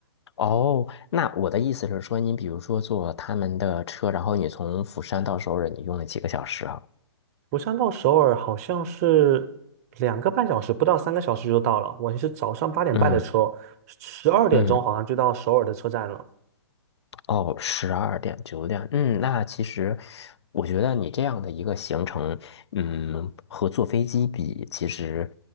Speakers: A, on the left (about 75°); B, on the right (about 35°).
A: 哦，那我的意思是说，你比如说坐他们的车，然后你从釜山到首尔，你用了几个小时啊？
B: 釜山到首尔好像是两个半小时，不到三个小时就到了。我是早上八点半的车，
A: 嗯
B: 十二点钟好像就到首尔的车站了。
A: 嗯哦，十二点九点，嗯，那其实我觉得你这样的一个行程，嗯，和坐飞机比，其实